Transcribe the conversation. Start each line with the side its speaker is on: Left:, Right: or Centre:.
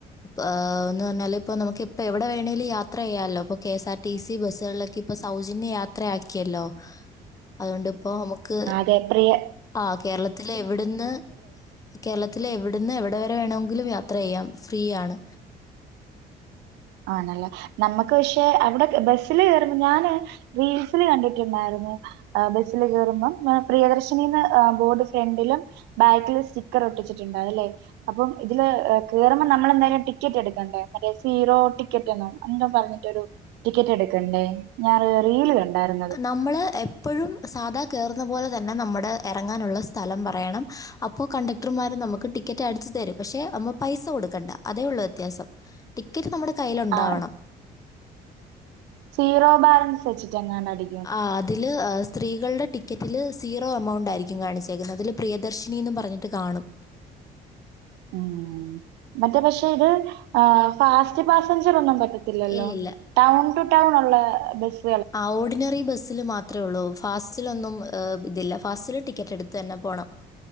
Left: അ ആന്ന് പറഞ്ഞാല് ഇപ്പ നമുക്കിപ്പ എവിടെ വേണേലും യാത്രെയ്യാല്ലോ അപ്പ കെ സാർ ടി സി ബസ്സുകൾലൊക്കെ ഇപ്പോ സൗജന്യ യാത്രയാക്കിയല്ലോ അതുകൊണ്ടിപ്പോ നമുക്ക്
Right: ഗ ഫ്രീയാ
Left: ആ കേരളത്തില എവിട്ന്ന് കേരളത്തിൽ എവിട്ന്ന് എവിടെ വരെ വേണമെങ്കിലും യാത്ര ചെയ്യാം ഫ്രീയാണ്
Right: ആണല്ലെ നമ്മക്ക് പക്ഷെ അവിടെ ബ ബസില് കേറ <unintelligible> ഞാന് റീൽസില് കണ്ടിട്ടുണ്ടായിരുന്നു ബസിൽ കേറുമ്പം പ്രിയദർശിനി ന്ന് ബോർഡ് ഫ്രണ്ടിലും ബാക്കില് സ്റ്റിക്കർ ഒട്ടിച്ചിട്ടുണ്ട് അല്ലേ അപ്പം ഇതില് ക കേറുമ്പൊ നമ്മളെന്തായാലും ടിക്കറ്റ് എടുക്കണ്ടേ മറ്റേ സീറോ ടിക്കറ്റന്നോ എന്തോ പറഞ്ഞിട്ടരു ടിക്കറ്റ് എടുക്കണ്ടേ ഞാന റീൽ കണ്ടായിരുന്നത്
Left: നമ്മള് എ പ്പഴും സാധാ കേറുന്ന പോലെ തന്നെ നമ്മുടെ എറങ്ങാനുള്ള സ്ഥലം പറയണം അപ്പൊ കണ്ടക് ടർമാര് നമുക്ക് ടിക്കറ്റ് അടിച്ചു തരും പക്ഷെ നമ്മ പൈസ കൊടുക്കണ്ട അതേ ഉള്ളു വ്യത്യാസം ടിക്കറ്റ് നമ്മുടെ കയ്യിലുണ്ടാവണം
Right: ആ സീറോ ബാലൻസ് വെച്ചിട്ട് എങ്ങാൻ അടി
Left: ആഹ് അതില് സ്ത്രീ കളുടെ ടിക്കറ്റിൽ സീറോ എമൗണ്ടായിരിക്കും കാണിച്ചേക്കുന്നത് അതില് പ്രിയദർശിനി ന്നും പറഞ്ഞിട്ട് കാണും
Right: ഉം മറ്റേ പക്ഷെ ഇത് ഫാസ്റ്റ് പാസഞ്ചർ ഒന്നും പറ്റത്തി ല്ലല്ലോ
Left: ഇല്ലില്ല
Right: ടൗൺ ടു ടൗൺ ഉള്ള ബസി
Left: ആ ഓർഡിനറി ബസ്സില് മാ ത്രേ ഉള്ളൂ ഫാസ്റ്റിലൊന്നും ഏഹ് ഇതില്ല ഫാസ്റ്റില് ടിക്കറ്റ് എടുത്ത് തന്നെ പോണം